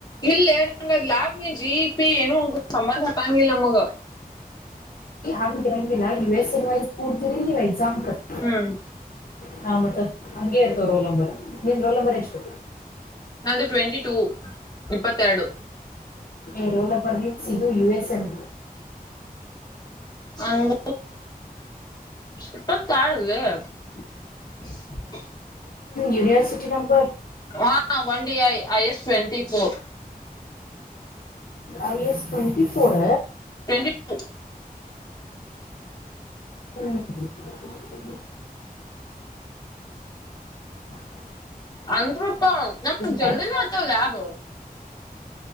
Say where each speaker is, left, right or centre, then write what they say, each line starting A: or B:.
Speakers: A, on the left; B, on the left.
A: ಇಲ್ಲೇ ಲ್ಯಾಬು ಜಿಪಿ ಏನು ಸಂಬಂಧ ತಾಂಗಿಲ್ಲ ನಮಗೂ
B: ಹರಿ ನಂದನ ಎಸಿ ಹಾಕು ಎದಲೀ ಎಕ್ಸಾಮ್ ಕಟ್
A: ಹ್ಮ್
B: ಹಾ ಮತ್ತ ಹಂಗೆ ಇರ್ತವ ರೋಲ್ ನಂಬರು ನೀನ್ ರೋಲ್ ನಂಬರ್ ಎಷ್ಟು
A: ನಂದು ಟ್ವೆಂಟಿ ಟೂ ಇಪ್ಪತ್ತೆರಡು
B: <unintelligible> ರೋಲ ಪರ್ಲಿ ಸಧು ಯು ಎಸ್ ಎನ್
A: ಅಂಗ ಇಪ್ಪತಾರಲ್ಲ <inaudible>
B: ಯುನಿವರ್ಸಿಟಿನಮ್
A: ವಾ ವಂಡಿಯಯ I S twenty four
B: I S twenty four
A: twenty two
B: ಹ್ಮ <inaudible> ಹ್ಮ್ <inaudible>
A: ಅಂದ್ರೂಪ ನಮ್ ಜಲ್ಿನ
B: ಬ್ಯಾಂಚ್
A: ಆತವಲ್ಾಬ್